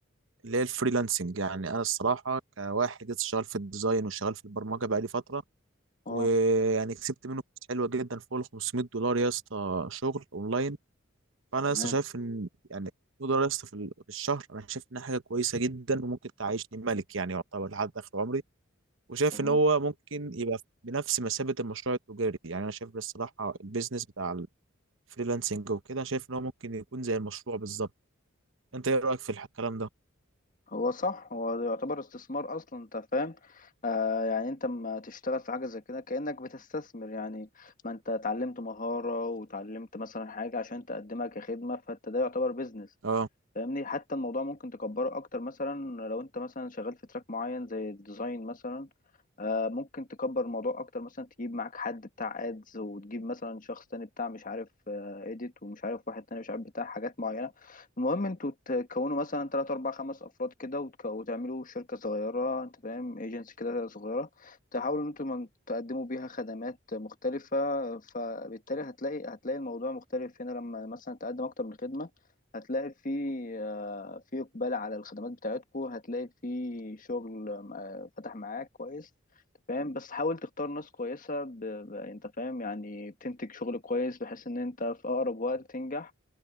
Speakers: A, on the right (about 65°); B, on the left (about 40°).
A: اللي هي الفريلانسنج يعني انا الصراحه كواحد لسه شغال في الديزاين وشغال في البرمجه بقالي فتره
B: اه
A: ويعني كسبت منه فلوس حلوه جدا فوق ال 500 دولار يا اسطى شغل اونلاين فانا
B: تمام
A: لسه شايف ان يعني 100 دولار يا اسطى في ال- في الشهر انا شايف انها حاجه كويسه جدا وممكن تعيشني ملك يعني يعتبر لحد اخر عمري وشايف
B: تمام
A: ان هو ممكن يبقى بنفس مثابه المشروع التجاري يعني انا شايف الصراحه البيزنس بتاع فريلانسنج وكده شايف ان هو ممكن يكون زي المشروع بالظبط انت ايه رايك في الح- الكلام ده
B: هو صح هو ده يعتبر استثمار اصلا انت فاهم آه يعني انت لما تشتغل في حاجه زي كده كانك بتستثمر يعني ما انت اتعلمت مهاره وتعلمت مثلا حاجه عشان تقدمها كخدمه فانت ده يعتبر بيزنس
A: اه
B: فاهمني حتى الموضوع ممكن تكبره اكتر مثلا لو انت مثلا شغال في تراك معين زي الديزاين مثلا آه، ممكن تكبر الموضوع اكتر مثلا تجيب معاك حد بتاع ادز وتجيب مثلا شخص تاني بتاع مش عارف اديت ومش عارف واحد تاني مش عارف بتاع حاجات معينة المهم انتوا تكونوا مثلا تلات اربع خمس افراد كده وتك- وتعملوا شركة صغيرة انت فاهم ايجنسي كده صغيرة تحاولوا ان انتوا من- تقدموا بيها خدمات مختلفة فبالتالي هتلاقي هتلاقي الموضوع مختلف هنا لما مثلا تقدم اكتر من خدمة هتلاقي في آه، في اقبال على الخدمات بتاعتكو هتلاقي في شغل آه، فتح معاك كويس أنت فاهم بس حاول تختار ناس كويسة ب... ب... انت فاهم يعني بتنتج شغل كويس بحيث ان انت في اقرب وقت تنجح